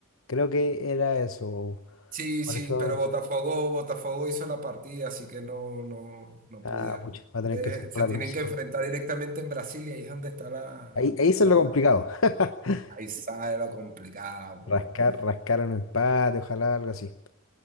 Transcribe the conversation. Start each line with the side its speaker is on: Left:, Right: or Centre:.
Left: Creo que era eso.
Right: Sí, sí,
Left: Por eso,
Right: pero Botafogo, Botafogo hizo la partida, así que no, no, no
Left: ah,
Right: pudieron.
Left: pucha, va a tener
Right: Eh,
Left: que ser para
Right: se tienen
Left: la próxima.
Right: que enfrentar directamente en Brasil y ahí es donde está la,
Left: Ahí, ahí eso
Right: la...
Left: es lo complicado. <laughs>
Right: Ahí sale lo complicado, pues,
Left: Rascar, rascar un empate, ojalá algo así.